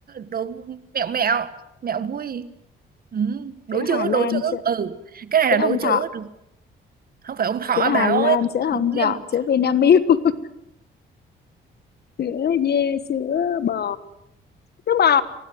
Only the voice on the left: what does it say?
sữa
Hà Lan
sữa,
sữa
Hồng Thọ
sữa Hà
Lan
sữa Hồng
Dọ
sữa Vinamilk <laughs> sữa dê sữa bò sữa bò